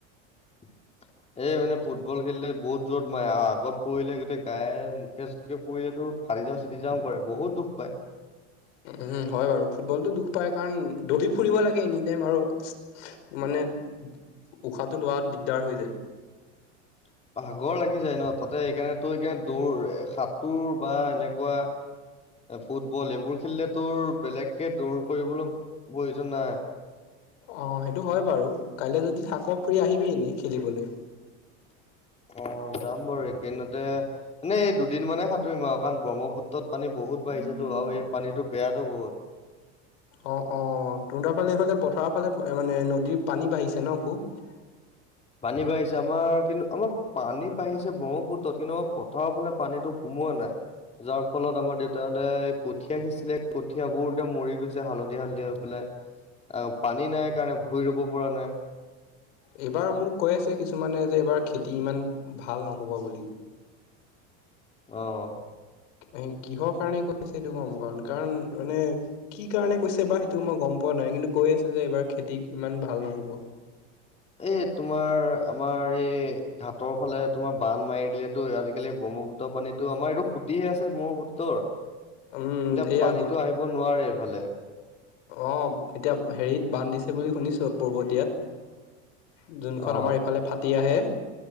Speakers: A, on the left (about 20°); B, on the left (about 75°).
A: <inaudible> এই মানে ফুটবল খেলিলে বহুত জোৰত মাৰে। আগত পৰিলে গোটেই গায়ে মুখে চুখে পৰিলেতো ফালি যাওঁ চিটি যাওঁ কৰে। বহুত দুখ পায়।
B: উম হয় বাৰু ফুটবলটো দুখ পায় কাৰণ দৌৰি ফুৰিব লাগে এনি টাইম আৰু। মানে উশাহটো লোৱা দিগদাৰ হৈ যায়।
A: <inaudible> ভাগৰ লাগি যায় ন। তাতে সেইকাৰণে তোৰ সেইকাৰণ দৌৰ সাতোৰ বা এনেকুৱা। ফুটবল এইবোৰ খেলিলে তোৰ বেলেগকে দৌৰ কৰিবলৈ প্ৰয়োজন নাই।
B: অ' সেইটো হয় বাৰু। কাইলৈ যদি থাক ফু্ৰি আহিবি এনে খেলিবলৈ।
A: <inaudible> অ' যাম বাৰু একেইদিনতে। এনে এই দুদিনমানে সাঁতুৰিম আৰু কাৰণ ব্ৰহ্মপুত্ৰত পানী বহুত। বহুত বাঢ়িছেতো আৰু এই পানীটো বেয়াটো বহুত।
B: অ', অ' তহঁতৰ ফালে এইফালে পথাৰৰ ফালে মানে নদীৰ পানী বাঢ়িছে ন খুব?
A: <inaudible> পানী বাঢ়িছে আমাৰ কিন্তু আমাৰ পানী বাঢ়িছে ব্ৰহ্মপুত্ৰত কিন্তু আমাৰ পথাৰৰ ফালে পানীটো সোম সোমোৱা নাই। যাৰ ফলত আমাৰ দেউতাহঁতে। কঠীয়া সিঁছিলে, কঠিয়াবোৰ এতিয়া মৰি গৈছে হালধীয়া-হালধীয়া হৈ পেলাই। আৰু পানী নাই কাৰণে ভুই ৰুব পৰা নাই।
B: এইবাৰ মোক কৈ আছে কিছুমানে যে এইবাৰ খেতি ইমান ভাল নহ'ব বুলি।
A: অ',
B: অ'কিহৰ কাৰণে কৈছে সেইটো গম পোৱা নাই। কাৰণ মানে কি কাৰণে কৈছে বা সেইটোও মই গম পোৱা পোৱা নাই। কিন্তু কৈ আছে যে এইবাৰ খেতি ইমান ভাল নহ'ব।
A: <inaudible> এই তোমাৰ আমাৰ এই ঘাটৰ ফালে তোমাৰ বান মাৰি দিলেতো আজিকালি ব ব্ৰহ্মপুত্ৰৰ পানীটো আমাৰ এইটো খুটিহে আছিল ব্ৰহ্মপুত্ৰৰ। এতিয়া
B: উম এয়া
A: পানীতো আহিব নোৱাৰে এইফালে।
B: অ' এতিয়া হেৰিত বান্ধ দিছে বুলি শুনিছো পূৰ্বতীয়াত। যোনখন
A: অ
B: আমাৰ ইফালে ফাটি আহে।